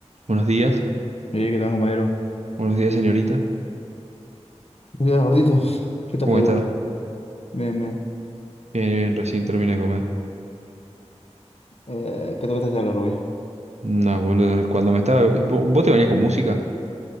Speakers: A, on the right (about 70°); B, on the left (about 60°).
A: Buenos días,
B: Oye, ¿qué tal, compañero?
A: buenos días señorita.
B: Buenos Días gordito. ¿Qué tal
A: ¿Cómo
B: todo?
A: está?
B: Bien, bien.
A: Bien, bien, recién terminé de comer.
B: Eh, ¿qué te apetece hablar hoy?
A: No, boludo, cuando me estaba... ¿vo- ¿Vos te bañás con música?